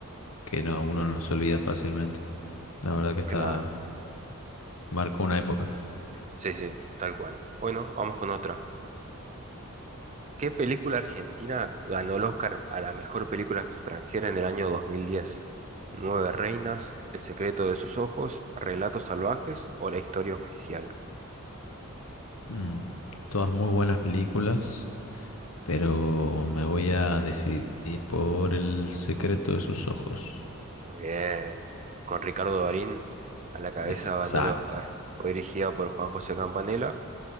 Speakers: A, on the left (about 80°); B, on the right (about 30°).
A: que no, uno no se olvida fácilmente. La verdad que está,
B: Claro,
A: marcó una época.
B: sí, sí, tal cual. Bueno, vamos con otra. ¿Qué película argentina ganó el Oscar a la mejor película extranjera en el año 2010? ¿Nueve reinas, El secreto de sus ojos, Relatos salvajes o La historia oficial?
A: Mm, todas muy buenas películas. Pero me voy a decidir por el secreto de sus ojos.
B: Muy bien. Con Ricardo Darín a la cabeza
A: Exacto.
B: ganó el Oscar. Fue dirigida por Juan José Campanella.